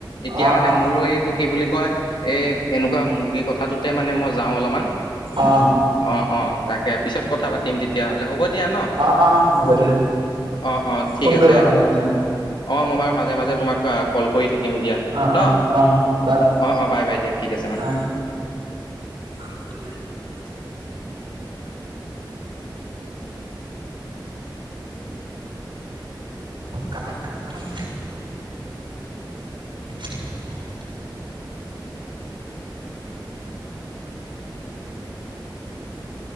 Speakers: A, on the left; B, on the right.
A: এতিয়া
B: অ
A: মানে
B: অ
A: মোৰ এইটো কি বুলি কয় এ এনেকুৱা মুৰ্গীৰ কথাটোতে এতিয়া মানে মই যাওঁ অলমান
B: অ
A: অ অ তাকে পিছত কথা পাতিম তে তেতিয়াহ'লে হ'ব দিয়া ন।
B: অ অ হ'ব দিয়া
A: অ অ
B: ফোন
A: ঠিক
B: কৰিবা
A: আছে
B: মাজে মাজে
A: অ মই বাৰু মাজে মাজে তোমাক কল কৰি থাকিম দিয়া
B: অ
A: ন
B: অ অ বাই বাই
A: অঁ অঁ বাই বাই দিয়া ঠিক আছে অঁ
B: অ <inaudible> কটাক কাকখন <inaudible>